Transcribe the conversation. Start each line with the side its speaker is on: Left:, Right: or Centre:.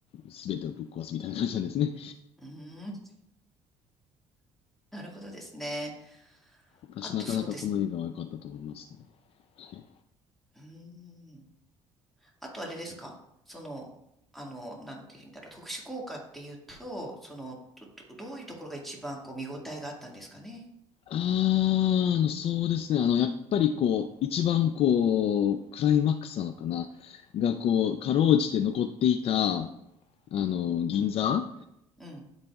Left: すべてをぶっ壊すみたいな感じなんですね。
Centre: うーん。なるほどですね。
Left: 私なかなかこの映画は良かったと思いますね。
Centre: あとそうですね。
Left: はい、
Centre: うーん。あとあれですかその、あの、なんて言うんだろう。特殊効果っていうと、その、ど、どどういうところが一番こう見応えがあったんですかね
Left: あー、あのそうですね、あの、やっぱりこう、一番こう、クライマックスなのかな、がこう、かろうじて残っていた、あの、銀座
Centre: うん。うん。